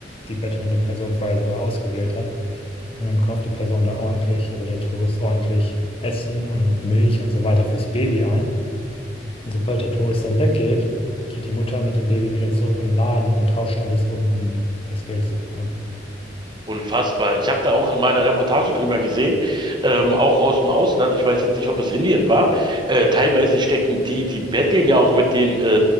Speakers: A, on the left; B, on the right.
A: die bettelnde Person vorher sogar ausgewählt hat. Und dann kauft die Person da ordentlich, also der Tourist ordentlich Essen und Milch und so weiter fürs Baby ein. Und sobald
B: Mhm.
A: der Tourist dann weggeht, geht die Mutter mit dem Baby wieder zurück in den Laden und tauscht alles um, um das Geld zu bekommen.
B: Unfassbar. Ich habe da auch in meiner Reportage drüber gesehen, ähm, auch aus dem Ausland. Ich weiß jetzt nicht, ob es Indien war. Äh, teilweise stecken die, die betteln ja auch mit denen,